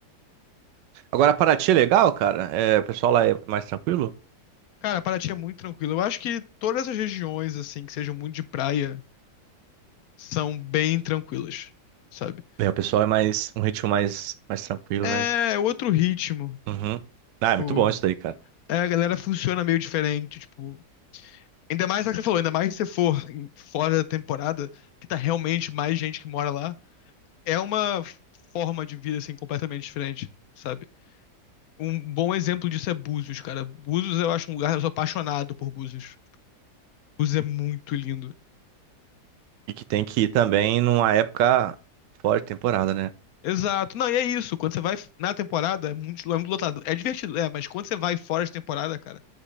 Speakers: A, on the right; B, on the left.
A: Agora, Paraty é legal, cara? É, o pessoal lá é mais tranquilo?
B: Cara, Paraty é muito tranquilo. Eu acho que todas as regiões, assim, que sejam muito de praia, são bem tranquilas, sabe?
A: É, o pessoal é mais, um ritmo mais, mais tranquilo,
B: É
A: né?
B: outro ritmo.
A: Uhum.
B: Tipo,
A: Ah, é muito bom isso daí, cara.
B: é, a galera funciona meio diferente. Tipo, ainda mais é o que você falou, ainda mais se você for em- fora da temporada, que tá realmente mais gente que mora lá. É uma forma de vida, assim, completamente diferente, sabe? Um bom exemplo disso é Búzios, cara. Búzios eu acho um lugar, eu sou apaixonado por Búzios. Us é muito lindo.
A: E que tem que ir também numa época fora de temporada, né?
B: Exato. Não, e é isso. Quando você vai na temporada, é muito, é muito lotado. É divertido, é, mas quando você vai fora de temporada, cara,